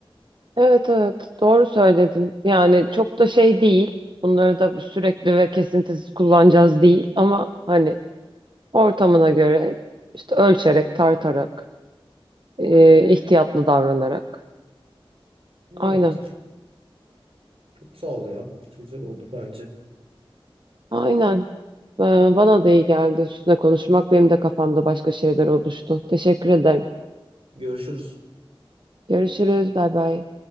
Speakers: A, on the right (about 55°); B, on the right (about 75°).
A: Evet evet doğru söyledin. Yani çok da şey değil. Bunları da sürekli ve kesintisiz kullanacağız değil ama hani ortamına göre işte ölçerek, tartarak, e, ihtiyatlı davranarak.
B: Evet,
A: Aynen.
B: çok sağ ol ya. Güzel oldu bence.
A: Aynen. Ee, bana da iyi geldi üstüne konuşmak. Benim de kafamda başka şeyler oluştu. Teşekkür ederim.
B: Görüşürüz.
A: Görüşürüz. Bay bay.